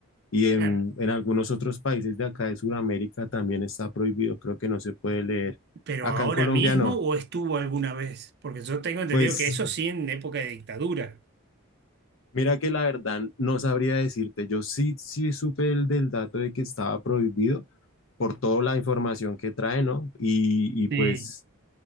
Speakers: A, on the left; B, on the right.
A: Y en,
B: Claro.
A: en algunos otros países de acá de Sudamérica también está prohibido, creo que no se puede leer.
B: ¿Pero
A: Acá
B: ahora
A: en Colombia
B: mismo
A: no.
B: o estuvo alguna vez? Porque yo tengo entendido
A: Pues
B: que eso sí en época de dictadura.
A: mira que la verdad no sabría decirte, yo sí, sí supe el del dato de que estaba prohibido por toda la información que trae, ¿no? Y, y
B: Sí,
A: pues,